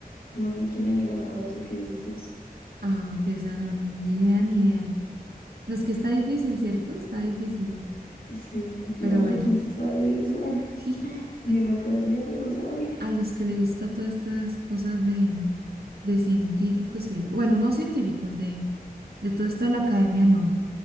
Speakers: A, on the left (about 85°); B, on the right (about 90°).
A: No sé quién haya ganado ese que dices.
B: Ah, ok, o sea, no, ni, ni idea, ni idea. No, es que está difícil, ¿cierto? Está difícil.
A: Sí, claro,
B: Pero bueno,
A: ¿quién se sabe eso? <laughs>
B: <laughs>
A: Ni la academia se lo sabe.
B: a los que les gusta todas estas cosas de, de científicos y eso. Bueno, no científicos, de, de todo esto de la academia Nobel.